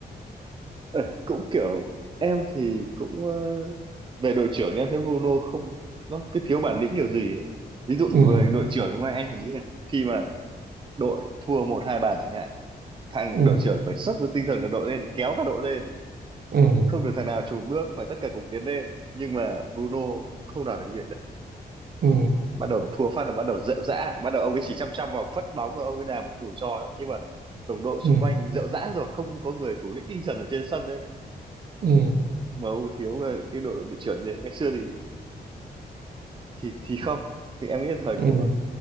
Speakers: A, on the right; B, on the right.
A: Ờ, cũng kiểu em thì cũng ờ, về đội trưởng em thấy Bruno không nó cứ thiếu bản lĩnh kiểu gì ấy. ví dụ
B: ừ
A: về đội trưởng ngoài anh thì nghĩ là khi mà đội thua một hai bàn chẳng hạn thằng
B: ừ
A: đội trưởng phải sốc được tinh thần của đội lên kéo cả đội lên
B: ừ
A: không được thằng nào chùn bước phải tất cả cùng tiến lên nhưng mà Bruno không làm được cái việc đấy
B: ừ
A: bắt đầu thua phát là bắt đầu rệu rã bắt đầu ông ấy chỉ chăm chăm vào phất bóng và ông ấy làm đủ trò ấy. nhưng mà đồng đội
B: ừ
A: xung quanh rệu rã rồi không có người thủ lĩnh tinh thần ở trên sân đấy
B: ừ
A: mà ưu thiếu là cái đội đội trưởng như thế ngày xưa thì thì thì không thì em nghĩ là thời
B: ừ
A: của